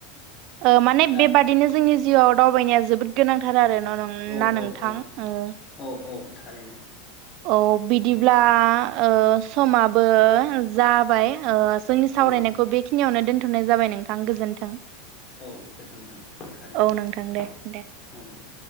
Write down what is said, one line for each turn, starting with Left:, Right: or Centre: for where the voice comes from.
Right: ओ माने
Left: दा
Right: बेबादिनो जोंनि जिआव दावबायनाया जोबोद गोनांथार आरो <unintelligible>
Left: औ
Right: ना
Left: औ
Right: नोंथां
Left: औ
Right: ओ
Left: औ औ थारैनो
Right: औ बिदिब्ला ओ समाबो जाबाय ओ जोंनि सावरायनायखौ
Left: औ
Right: बेखिनियावनो दोनथ नाय जाबाय नोंथां गोजोन्थों
Left: औ गोजोन्थों थारैनो
Right: औ नोंथां दे दे
Left: औ दे